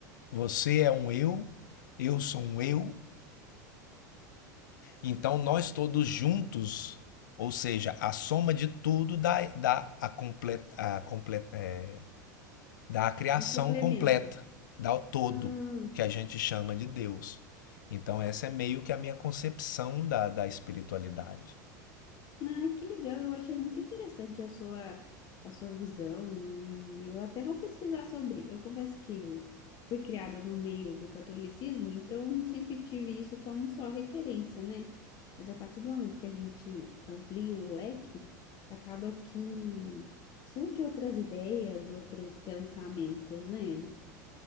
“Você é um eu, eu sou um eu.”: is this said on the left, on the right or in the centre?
Left